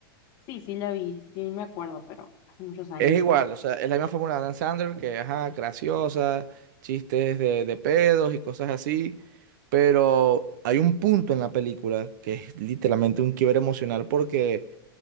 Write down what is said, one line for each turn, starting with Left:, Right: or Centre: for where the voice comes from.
Left: Sí, sí la vi, sí me acuerdo, pero hace muchos años.
Right: Es igual, o sea, es la misma fórmula de Dan Sandler, que, ajá, graciosa, chistes de, de pedos y cosas así, pero hay un punto en la película que es literalmente un quiebre emocional porque